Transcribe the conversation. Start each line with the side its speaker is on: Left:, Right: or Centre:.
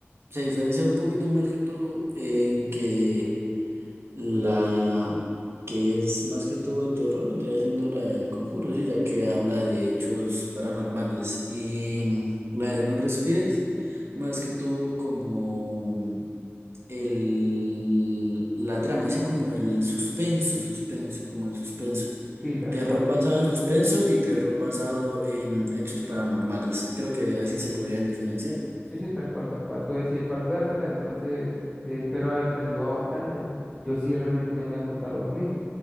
Right: se diferencian un poquito más que todo en que La que es más que todo de terror vendría siendo la del Conjuro, sí, ya que habla de hechos paranormales. Y la de No Respires, más que todo como el, la trama, así como el suspenso, suspenso, como el suspenso.
Centre: Sí, tal
Right: Terror
Centre: cual.
Right: basado en suspenso y terror basado en hechos paranormales. Creo que así se podrían diferenciar.
Centre: Sí, sí, tal cual, tal cual. Tú decides cuál vérsela, entonces te espero haberte ayudado bastante. Yo sí realmente ya me voy a acostar a dormir,